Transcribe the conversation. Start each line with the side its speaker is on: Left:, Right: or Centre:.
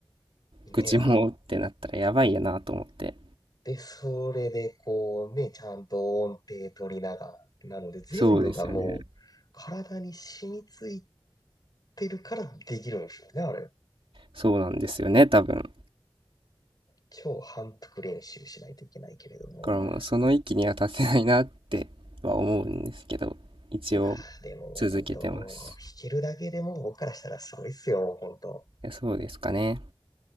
Left: ねえ、
Right: 口もってなったらやばいやなと思って。
Left: あで、それでこうね、ちゃんと音程取りながらってなので、全部がもう体に染みつい
Right: そうですよね。
Left: てるからできるんですよね、あれ。
Right: そうなんですよね、多分。だ
Left: 超反復練習しないといけないけれども。
Right: からもうその域には達せないなっては思うんですけど、
Left: うん
Right: 一応
Left: いやー、でも本当、
Right: 続けてます。
Left: 弾けるだけでも僕からしたらすごいっすよ、本当。
Right: いやそうですかね。